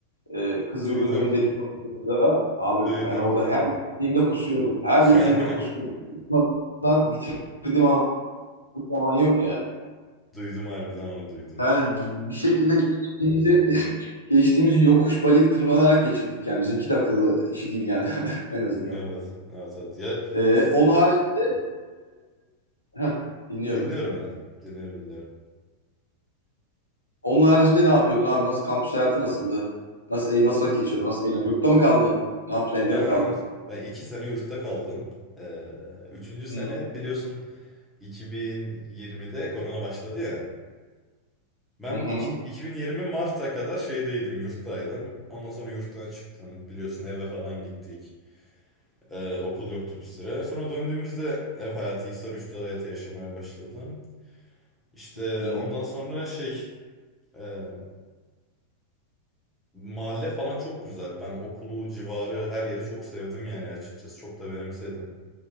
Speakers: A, on the left; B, in the centre.
A: Ee, kız
B: Duydum,
A: yurdunun önündeki da abi
B: duydum.
A: ben orada her gittiğimde kusuyordum. Her
B: <laughs>
A: gittiğimde kusuyordum. Kusmadan bitirdiğim zaman yok yani.
B: Duydum harbiden onu duydum.
A: Yani bir şekilde geçtiğimizi, <laughs> geçtiğimizi yokuş bayır tırmanarak geçirdik. Yani bizimki de akıllı işi değil yani <laughs> en azından.
B: Evet, evet, evet. Ya,
A: Ee,
B: s-
A: onun haricinde e, heh, dinliyorum.
B: dinliyorum ben. Dinliyorum, dinliyorum.
A: Onun haricinde ne yapıyordun abi? Nasıl kampüs hayatı nasıldı? Nasıl e, nasıl vakit geçiyordun? Nasıl eğleniyordun? Yurtta mı kaldın? Ne yaptın?
B: Ama
A: Evde
B: ben,
A: mi kaldın?
B: ben iki sene yurtta kaldım. Ee, üçüncü sene
A: Hı
B: biliyorsun 2020'de korona başladı ya. Ben
A: hı hı
B: iki- 2020 Mart'a kadar şeydeydim, yurttaydım. Ondan sonra yurttan çıktım. Biliyorsun eve falan gittik. Ee, okul yoktu bir süre. Sonra döndüğümüzde ev hayatı, Hisarüstü hayatı yaşamaya başladım. İşte
A: hı
B: ondan sonra şey, e, mahalle falan çok güzel. Ben okulu, civarı, her yeri çok sevdim yani açıkçası. Çok da benimsedim.